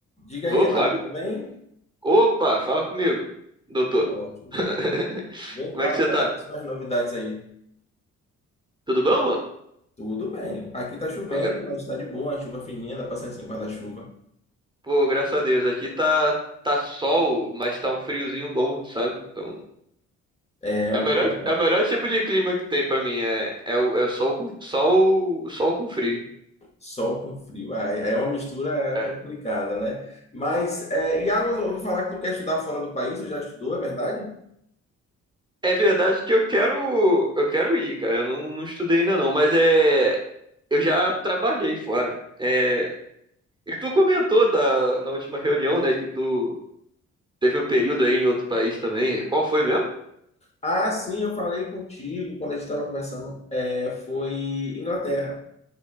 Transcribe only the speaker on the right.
Ô,
Fábio?
Opa, fala comigo, doutor.
<laughs>
Como
é que
você tá?
Tudo bom, mano?
Ó, gra-
Pô, graças a Deus, aqui tá, tá sol, mas tá um friozinho bom, sabe? Então,
é
o melhor,
é o melhor tipo de clima que tem pra mim, é, é, o, é o sol com, sol, sol com frio.
É.
É verdade que eu quero, eu quero ir, cara, eu não, não estudei ainda não, mas é, eu já trabalhei fora. É, e tu comentou da, na última reunião, né, que tu Teve um período aí em outro país também. Qual foi mesmo?